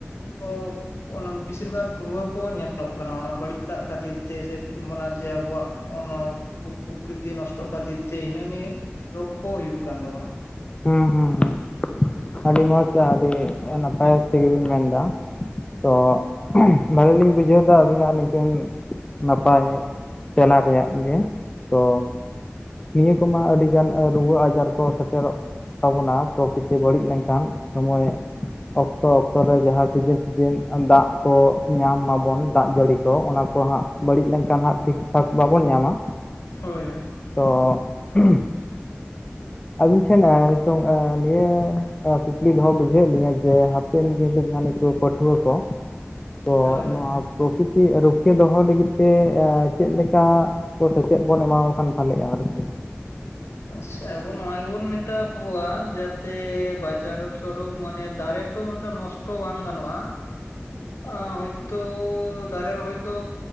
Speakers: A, on the left; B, on the left.
A: <unintelligible> ᱚᱱᱟ ᱵᱮᱥᱤᱨ ᱵᱷᱟᱜᱽ ᱨᱩᱣᱟᱹ ᱠᱚ ᱧᱮᱞᱚᱜ ᱠᱟᱱᱟ ᱚᱱᱟ ᱵᱟᱹᱲᱤᱡ ᱫᱟᱜ ᱠᱷᱟᱹᱛᱤᱨ ᱛᱮ ᱥᱮ ᱚᱱᱟ ᱡᱮ ᱟᱵᱚᱣᱟᱜ ᱚᱱᱟ ᱯᱩᱠᱨᱤᱛᱤ ᱱᱚᱥᱴᱚᱜ ᱠᱷᱟᱹᱛᱤᱨ ᱛᱮ ᱦᱤᱱᱟᱹ ᱱᱤᱭᱟᱹ ᱨᱳᱜᱽ ᱠᱚ ᱦᱩᱭᱩᱜ ᱠᱟᱱ ᱛᱟᱵᱚᱱᱟ
B: ᱦᱮᱸ ᱦᱮᱸ ᱦᱮᱸ ᱟᱹᱰᱤ ᱢᱚᱸᱡᱽ ᱟᱹᱰᱤ ᱱᱟᱯᱟᱭ ᱛᱮᱜᱮ ᱵᱤᱱ ᱢᱮᱱᱫᱟ ᱛᱚ ᱵᱷᱟᱹᱞᱤ ᱞᱤᱧ ᱵᱩᱡᱷᱟᱹᱣᱫᱟ ᱟᱹᱵᱤᱱᱟᱜ ᱱᱤᱝᱠᱟᱹᱱ ᱱᱟᱯᱟᱭ ᱛᱮᱞᱟ ᱨᱮᱭᱟᱜ ᱜᱮ ᱛᱚ ᱱᱤᱭᱟᱹ ᱠᱚᱢᱟ ᱟᱹᱰᱤ ᱜᱟᱱ ᱨᱩᱣᱟᱹ ᱟᱡᱟᱨ ᱠᱚ ᱥᱮᱴᱮᱨᱚᱜ ᱛᱟᱵᱚᱱᱟ ᱯᱨᱚᱠᱤᱛᱤ ᱵᱟᱹᱲᱤᱡ ᱞᱮᱱᱠᱷᱟᱱ ᱥᱚᱢᱚᱭ ᱚᱠᱛᱚ ᱚᱠᱛᱚ ᱨᱮ ᱡᱟᱦᱟᱸ ᱥᱤᱡᱤᱱ ᱥᱤᱡᱤᱱ ᱫᱟᱜ ᱠᱚ ᱧᱟᱢ ᱢᱟᱵᱚᱱ ᱫᱟᱜ ᱡᱟᱹᱲᱤ ᱠᱚ ᱚᱱᱟ ᱠᱚ ᱦᱟᱸᱜ ᱵᱟᱹᱲᱤᱡ ᱞᱮᱱᱠᱷᱟᱱ ᱦᱟᱸᱜ ᱴᱷᱤᱠ ᱴᱷᱟᱠ ᱵᱟᱵᱚᱱ ᱧᱟᱢᱟ
A: ᱦᱳᱭ ᱦᱳᱭ
B: ᱚ <inaudible> ᱟᱵᱤᱱ ᱴᱷᱮᱱ ᱱᱤᱛᱚᱝ ᱱᱤᱭᱟᱹ ᱠᱩᱠᱞᱤ ᱫᱚᱦᱚ ᱵᱩᱡᱷᱟᱹᱣᱮᱫ ᱞᱤᱧᱟᱹ ᱡᱮ <unintelligible> ᱯᱟᱹᱴᱷᱣᱟᱹ ᱠᱚ ᱛᱚ
A: ᱦᱳᱭ
B: ᱱᱚᱣᱟ ᱯᱨᱚᱠᱤᱛᱤ ᱨᱩᱠᱷᱤᱭᱟᱹ ᱫᱚᱦᱚ ᱞᱟᱹᱜᱤᱫ ᱛᱮ ᱮᱸ ᱪᱮᱫ ᱞᱮᱠᱟ ᱥᱮᱪᱮᱫ ᱵᱚᱱ ᱮᱢᱣᱟ ᱠᱷᱟᱱ ᱵᱷᱟᱞᱮᱜᱼᱟ ᱟᱨᱠᱤ
A: ᱟᱪᱪᱷᱟ ᱟᱵᱚ ᱱᱚᱣᱟ ᱜᱮᱵᱚᱱ ᱢᱮᱛᱟ ᱠᱚᱣᱟ ᱡᱟᱛᱮ ᱵᱟᱡᱟᱨ ᱚᱠ ᱥᱚᱨᱚᱠ ᱢᱟᱱᱮ ᱫᱟᱨᱮ ᱛᱚ ᱩᱱᱟᱹᱜ ᱴᱟ ᱱᱚᱥᱴᱚ ᱵᱟᱝ ᱜᱟᱱᱚᱜᱼᱟ ᱟ ᱦᱳᱭᱛᱚ ᱫᱟᱨᱮ ᱨᱚᱦᱚᱭ ᱫᱚ